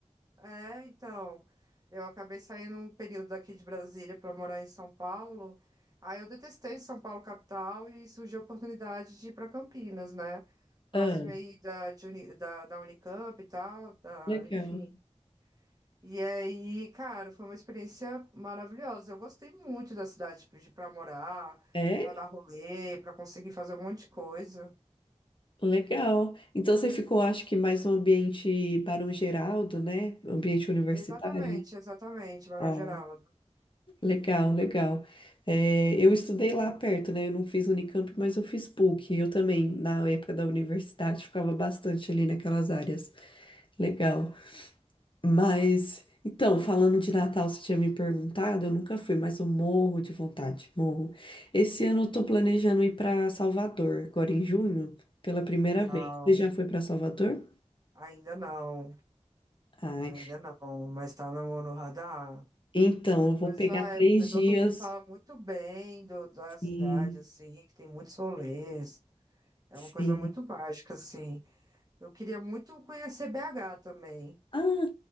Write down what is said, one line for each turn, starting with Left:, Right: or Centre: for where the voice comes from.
Right: É, então, eu acabei saindo um período daqui de Brasília para morar em São Paulo. Aí eu detestei São Paulo capital e surgiu a oportunidade de ir para Campinas, né? Próximo
Left: Ah,
Right: aí da, de Uni- da, da Unicamp e tal, da,
Left: legal.
Right: enfim. E aí, cara, foi uma experiência maravilhosa. Eu gostei muito da cidade, tipo, de para morar,
Left: É?
Right: para dar rolê, para conseguir fazer um monte de coisa.
Left: Legal. Então você ficou, acho que mais um ambiente Barão Geraldo, né? Ambiente universitário.
Right: Exatamente, exatamente, Barão
Left: Ah,
Right: Geraldo.
Left: legal, legal. É, eu estudei lá perto, né? Eu não fiz Unicamp, mas eu fiz PUC. Eu também, na época da universidade, ficava bastante ali naquelas áreas. Legal. Mas, então, falando de Natal, você tinha me perguntado, eu nunca fui, mas eu morro de vontade, morro. Esse ano eu tô planejando ir para Salvador, agora em junho, pela primeira
Right: Legal.
Left: vez. Você já foi para Salvador?
Right: Ainda não,
Left: Ai,
Right: ainda não, mas tá no, no radar.
Left: então, eu vou
Right: Pois
Left: pegar
Right: é,
Left: três
Right: porque todo
Left: dias.
Right: mundo fala muito bem do, da cidade,
Left: Sim,
Right: assim, que tem muitos rolês. É
Left: sim.
Right: uma coisa muito mágica, assim. Eu queria muito conhecer BH também.
Left: Ah,